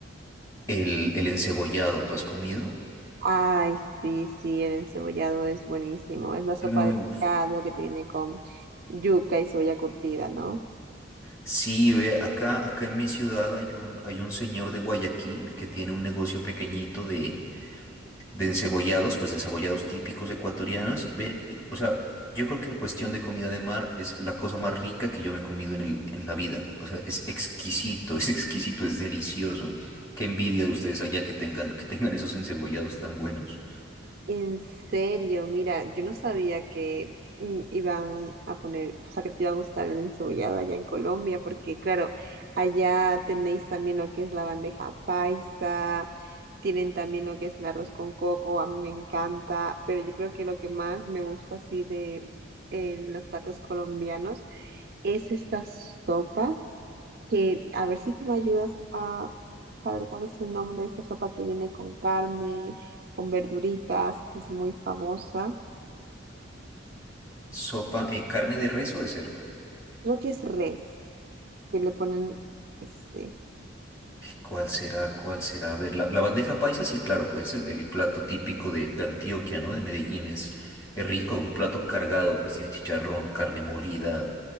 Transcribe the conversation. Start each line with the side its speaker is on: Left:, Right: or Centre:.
Left: el, el encebollado, ¿tú has comido?
Right: Ay, sí, sí, el encebollado es buenísimo. Es la sopa
Left: Uf.
Right: de pescado que tiene con yuca y soya curtida, ¿no?
Left: Sí, ve, acá, acá en mi ciudad hay un, hay un señor de Guayaquil que tiene un negocio pequeñito de, de encebollados, pues de encebollados típicos ecuatorianos. Ve, o sea, yo creo que en cuestión de comida de mar es la cosa más rica que yo me he comido en el, en la vida. O sea, es exquisito, <laughs> es exquisito, es delicioso. Qué envidia de ustedes allá que tengan, que tengan esos encebollados tan buenos.
Right: En serio, mira, yo no sabía que mm, iban a poner, o sea, que te iba a gustar el encebollado allá en Colombia, porque claro, allá tenéis también lo que es la bandeja paisa, tienen también lo que es el arroz con coco, a mí me encanta, pero yo creo que lo que más me gusta así de eh, los platos colombianos es esta sopa. que a ver si tú me ayudas a saber cuál es el nombre de esta sopa que viene con carne, con verduritas, que es muy famosa.
Left: Sopa, eh, carne de res o de cerdo.
Right: Creo que es res, que le ponen, este,
Left: ¿Cuál será? ¿Cuál será? A ver, la, la bandeja paisa, sí, claro, pues el, el plato típico de, de Antioquia, ¿no? De Medellín es, es rico, un plato cargado, pues tiene chicharrón, carne molida,